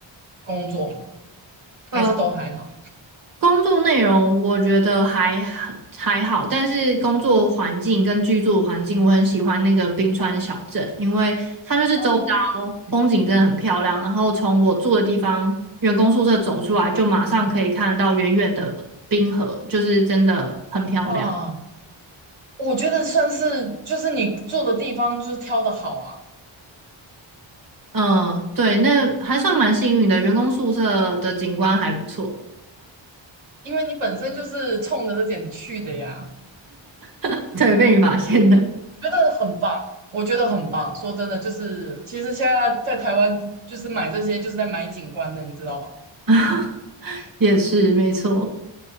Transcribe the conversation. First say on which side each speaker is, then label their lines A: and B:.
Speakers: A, on the right (about 85°); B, on the right (about 45°).
A: 工作？还是都还好？
B: 呃工作内容我觉得还还好，但是工作环境跟居住环境，我很喜欢那个冰川小镇，因为它就是周遭
A: 哦，
B: 风景真的很漂亮，然后从我住的地方员工宿舍走出来，就马上可以看得到远远的冰河，就是真的很漂亮。
A: 啊，我觉得算是就是你做的地方就是挑的好啊。
B: 嗯，对，那还算蛮幸运的，员工宿舍的景观还不错。
A: 因为你本身就是冲着这点去的呀，
B: <laughs> 对，被你发现的，
A: 觉得很棒，我觉得很棒。说真的，就是其实现在在台湾就是买这些就是在买景观的，你知道吧？
B: <laughs> 也是没错。